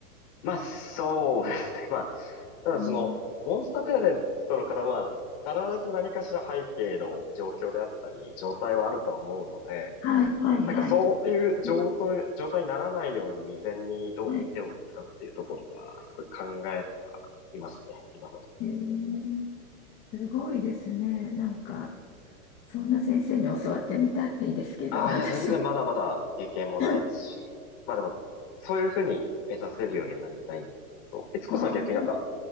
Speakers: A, on the left; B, on the left.
A: まあ、そうですね。まあ、ただその、
B: うん
A: モンスターペアレントの方は、必ず何かしら背景の状況であったり、状態はあるとは思うので、
B: はいはいはい。
A: なんかそういう状態、
B: うん
A: 状態にならないように未然にどう手を打つかっていうところは、
B: はい。
A: すごい考えてはいますね。今の段階でも。
B: へえすごいですね。なんか、そんな先生に教わってみたいですけど、
A: ああ、
B: 私も。
A: いや、全然まだまだ経験もないですし。
B: <coughs> え
A: まあでも、そういうふうに目指せるようにはなりたいんですけど、悦子さんは逆になんか、
B: ああー、そう。